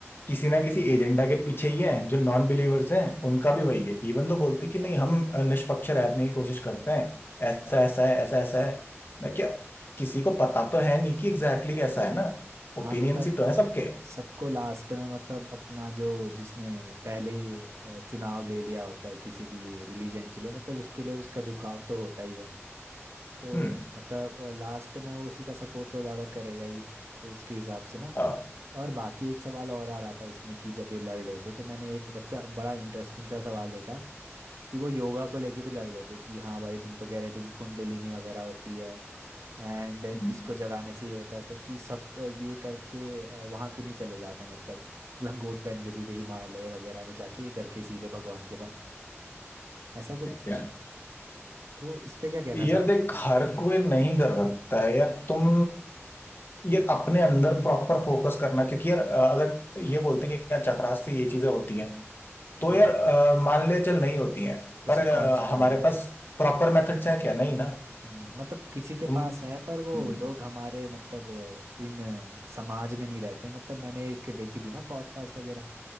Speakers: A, on the left; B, on the right.
A: किसी ना किसी एजेंडा के पीछे ही हैं जो नॉन बिलीवर्स हैं उनका भी वही है इवन तो बोलते कि नहीं हम निष्पक्ष रहने की कोशिश करते हैं ऐसा ऐसा है ऐसा ऐसा है मैं क्या किसी को पता तो है नहीं कि एग्जैक्टली exactly कैसा है ना ओपिनियंस
B: हाँ मतलब
A: ही तो है सबके
B: सबको लास्ट में मतलब अपना जो जिसने पहले ही अ, चुनाव ले लिया होता है किसी भी रिलीजन के लिए मतलब उसके लिए उसका झुकाव तो होता ही है तो
A: हम्म
B: मतलब लास्ट में वो उसी का सपोर्ट तो ज़्यादा करेगा ही उसके हिसाब से ना
A: हाँ
B: और बाकी एक सवाल और आ रहा था इसमें कि जब ये लड़ रहे थे तो मैंने एक बच्चा बड़ा इंटरेस्टिंग सा सवाल देखा कि वो योगा को लेके भी लड़ रहे थे कि हाँ भाई तुम तो कह रहे थे कि कुंडलिनी वगैरह होती है एंड
A: हम्म,
B: इसको जगाने से ये होता है तो कि सब अ, ये करके अ, वहाँ क्यों नहीं चले जाते मतलब लंगोट पहन के सीधे हिमालय वगैरह में जाके ये करके सीधे भगवान के पास ऐसा
A: ठीक
B: कुछ
A: है
B: तो इस पे क्या कहना
A: यार
B: चाहोगे
A: देख
B: कि
A: हर कोई नहीं कर सकता है यार तुम ये अपने अंदर प्रॉपर फोकस करना क्योंकि यार अ, अगर ये बोलते हैं कि यार चक्रास से ये चीजें होती हैं तो
B: हाँ
A: यार अ, मान ले चल नहीं होती हैं पर
B: उसे
A: अ,
B: कौन से
A: हमारे
B: हाँ
A: पास प्रॉपर मेथड्स हैं क्या नहीं ना
B: हम्म, मतलब किसी के
A: तुम
B: पास है पर वो
A: हम्म,
B: लोग हमारे मतलब अ, इन अ, समाज में नहीं रहते मतलब मैंने एक देखी थी ना पॉडकास्ट वगैरह